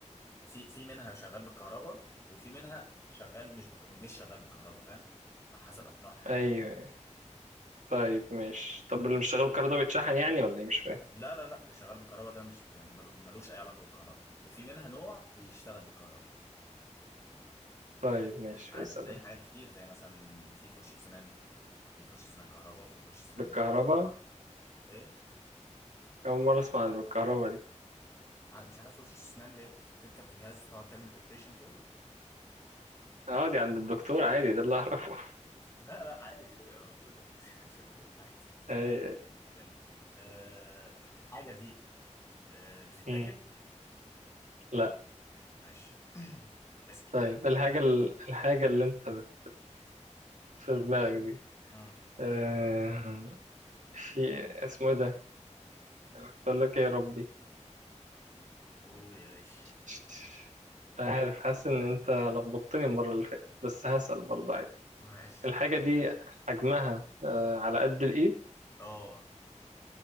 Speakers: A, on the left; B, on the right.
A: في في منها شغال بالكهرباء وفي منها شغال مش بك... مش شغال بالكهرباء فاهم على حسب نوعها يعني
B: ايوه طيب ماشي طب اللي مش شغال بالكهرباء ده بيتشحن يعني ولا ايه مش فاهم
A: لا لا لا اللي شغال بالكهرباء ده مش ملو- ملوش اي علاقه بالكهرباء وفي منها نوع بيشتغل بالكهرباء
B: طيب ماشي
A: عادي
B: اسأل
A: زي
B: انت
A: حاجات كتير زي مثلا في فرشه سنان في فرشه سنان كهرباء وفي فرشه سنان
B: بالكهرباء
A: مش كهرباء ايه
B: أول مرة أسمع عن بالكهرباء دي
A: ع- مش عارف فرشه سنان اللي هي بتركب في جهاز تقعد تعمل فايبريشن كده
B: اه دي عند الدكتور عادي ده اللي أعرفه
A: لا لا عادي دي بتبقى موجوده <laughs> في البيت عادي
B: <laughs> أي-
A: بلاش. أه الحاجه دي أه بتتاكل
B: مم. لا
A: ماشي <clears throat> بسكي
B: طيب الحاجة ال- الحاجة اللي انت بت... في دماغك دي
A: مم.
B: آه، في اسمه ايه ده قلت لك ايه يا ربي
A: قول يا باشا
B: مش عارف حاسس ان انت لخبطتني المرة اللي فاتت بس هسأل برضه عادي
A: ماشي
B: الحاجة دي حجمها آه، على قد الايد
A: اه